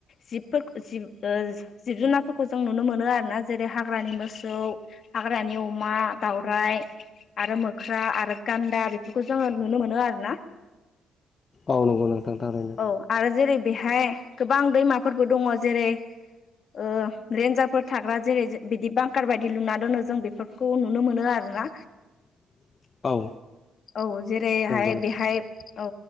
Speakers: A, on the left; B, on the left.
A: जिबफोरखौ जिब ओ जिब जुनारफोर खौ जों नुनो मोनो आरोना जेरै हाग्रानि मोसौ हाग्रानि अमा दाउराइ आरो मोख्रा आरो गान्दा बेफोरखौ जोङो नुनो मोनो आरो ना।
B: औ नंगौ नोंथां थारैनो
A: औ आरो जेरै बेहाय गोबां दैमाफोरबो दङ जेरै ओ रेन्जारफोर थाग्रा जेरै बिदि बांकार बायदि लुना दोनो जों बेफोरखौ नुनो मोनो आरोना।
B: <inaudible> औ
A: औ जेरैहाय
B: नंगौ नोंथां
A: बेहाय औ